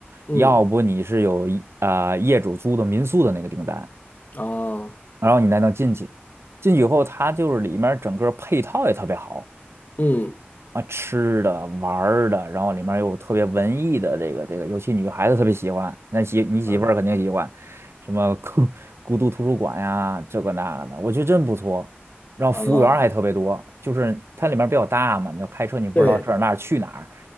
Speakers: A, on the left; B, on the right.
A: 嗯，
B: 要不你是有一啊、业主租的民宿的那个订单，
A: 哦，
B: 然后你才能进去。进去以后，它就是里面整个配套也特别好，
A: 嗯，
B: 啊，吃的、玩儿的，然后里面有特别文艺的这个这个，尤其女孩子特别喜欢，那媳你媳妇儿肯定喜欢，
A: 啊，
B: 什么孤孤独图书馆呀，这个那个的，我觉得真不错。然后服务员儿还特别多，
A: 哦，
B: 就是它里面比较大嘛，你要开车你不知道这儿那儿去哪儿，
A: 对，